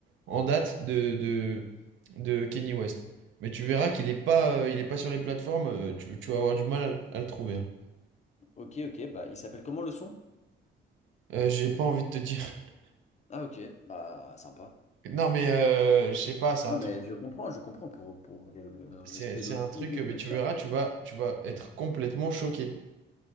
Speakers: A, on the right; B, on the left.
A: en date de de, de Kanye West. Mais tu verras qu'il est pas euh, il est pas sur les plateformes. euh, tu, tu vas avoir du mal à, le à le trouver. hein.
B: Ok, ok, bah il s'appelle comment le son?
A: Euh, j'ai pas envie de te dire. <laughs>
B: Ah ok, bah sympa.
A: Non mais euh, je sais pas, c'est un
B: Ah mais
A: truc,
B: je comprends, je comprends pour, pour le
A: c'est
B: respect
A: c'est
B: d'autrui,
A: un truc.
B: oui,
A: euh,
B: bien
A: Mais tu
B: sûr.
A: verras, tu vas tu vas être complètement choqué.